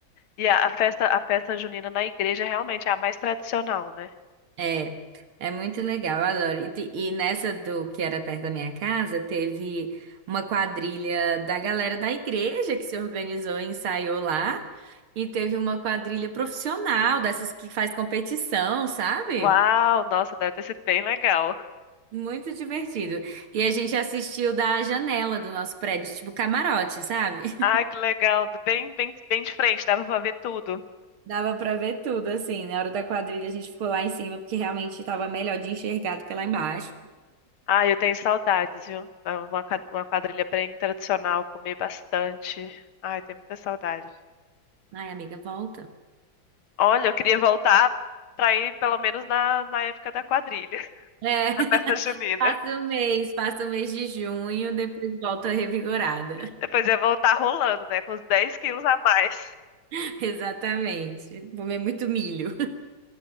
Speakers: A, on the left (about 80°); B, on the right (about 85°).
A: E a, a festa, a festa junina na igreja realmente é a mais tradicional, né?
B: É, é muito legal, eu adoro. E, te- e nessa do que era perto da minha casa, teve uma quadrilha da galera da igreja que se organizou e ensaiou lá. E teve uma quadrilha profissional, dessas que faz competição, sabe?
A: Uau, nossa, deve ter sido bem legal.
B: Muito divertido. E a gente assistiu da janela do nosso prédio, tipo camarote, sabe?
A: Ah, que legal, bem, bem, bem de frente, dava pra ver tudo.
B: <laughs> Dava pra ver tudo, assim. Na hora da quadrilha a gente ficou lá em cima, porque realmente tava melhor de enxergar do que lá embaixo.
A: Ah, eu tenho saudades, viu? Uma, ca- uma quadrilha bem tradicional, comer bastante. Ai, tenho muita saudade.
B: Ai, amiga, volta.
A: Olha, eu queria voltar pra ir pelo menos na, na época da quadrilha, <laughs>
B: É.
A: da festa junina.
B: Passa o mês, passa o mês de junho, depois volta revigorada.
A: Depois ia voltar rolando, né? Com uns 10 quilos a mais.
B: <laughs> Exatamente. Comer muito milho.